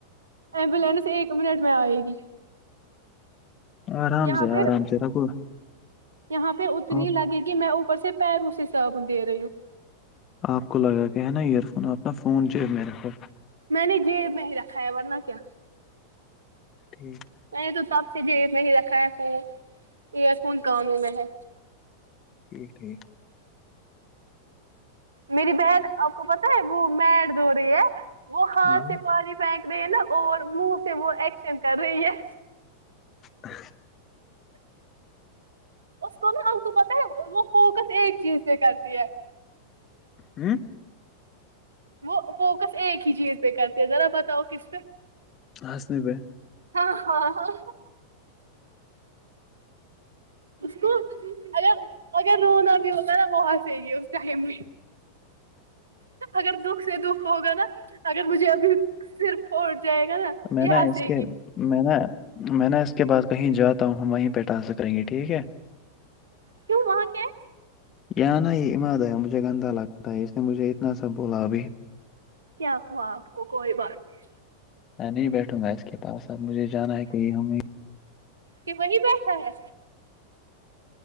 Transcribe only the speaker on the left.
آرام
سے
آرام سے رکھو
آپ
آپ کو لگا کہ ہے نا ایئر فون آپنا فون جیب میں رکھو
ٹھیک
ٹھیک ٹھیک
ہاں
ا
ہمم
ہنسنے پے
میں
اس کے
میں نا میں نا اس کے بعد کہیں جاتا ہوں ہم وہیں پے ٹاسک کریں گے ٹھیک ہے
یہ نا یہ عماد آ مجھے گندہ لگتا ہے اس نے مجھے اتنا سا بولا ابھی
میں نہیں بیٹھوں گا اس کے پاس اب مجھے جانا ہے کہیں ہم